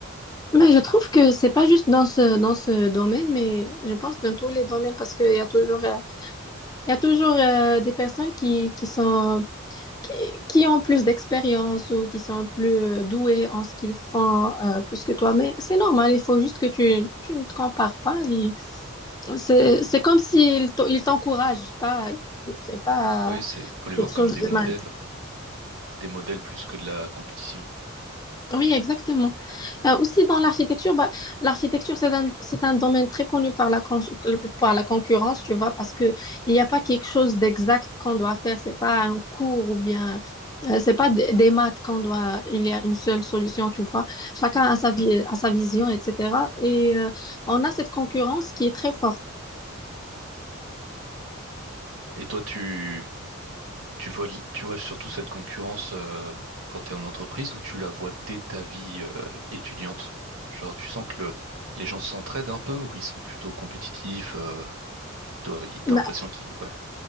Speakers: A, on the left; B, on the right.
A: Mais je trouve que c'est pas juste dans ce, dans ce domaine, mais je pense dans tous les domaines, parce qu'il y a toujours euh, Il y a toujours euh, des personnes qui, qui sont, qui, qui ont plus d'expérience ou qui sont plus euh, douées en ce qu'ils font euh, plus que toi. Mais c'est normal, il faut juste que tu, tu ne te compares pas. et C'est c'est comme s'ils t'en- ils t'encouragent, pas, c'est pas
B: Oui, c'est, faut les voir
A: quelque
B: comme
A: chose
B: des
A: de
B: modèles,
A: mal.
B: des modèles plus que de la compétition.
A: Oui, exactement. Euh, aussi dans l'architecture, bah, l'architecture, c'est un, c'est un domaine très connu par la, con- par la concurrence, tu vois, parce que il n'y a pas quelque chose d'exact qu'on doit faire. C'est pas un cours ou bien, euh, c'est pas des des maths qu'on doit, il y a une seule solution, tu vois. Chacun
B: Ouais.
A: a sa, vi- a sa vision, etc. Et euh, on a cette concurrence qui est très forte.
B: Et toi, tu, Tu vois, l- tu vois surtout cette concurrence euh, quand tu es en entreprise ou tu la vois dès ta vie euh, étudiante? Genre, tu sens que le- les gens s'entraident un peu ou ils sont plutôt compétitifs, euh, doivent- ils- t'as
A: Dès,
B: l'impression qu'ils... Ouais,